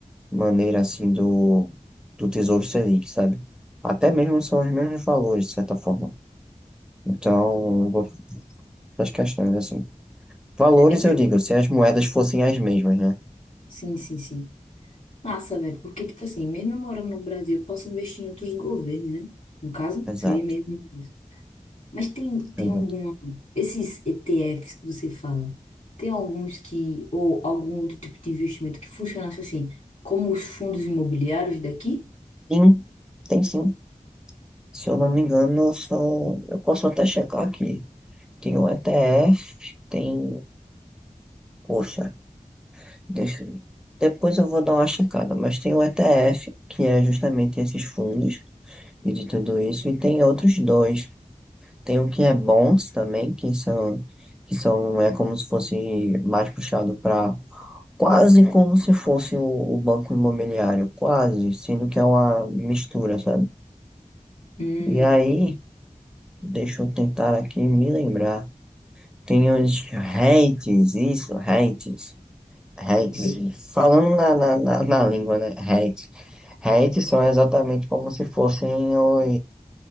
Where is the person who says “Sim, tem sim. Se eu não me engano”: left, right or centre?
Centre